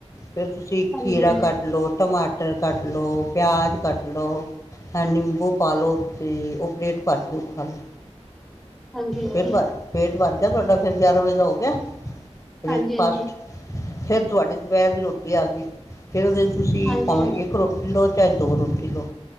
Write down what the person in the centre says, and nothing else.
ਹਾਂਜੀ
ਹਾਂਜੀ
ਹਾਂਜੀ ਹਾਂਜੀ
ਹਾਂਜੀ
ਹਾਂਜੀ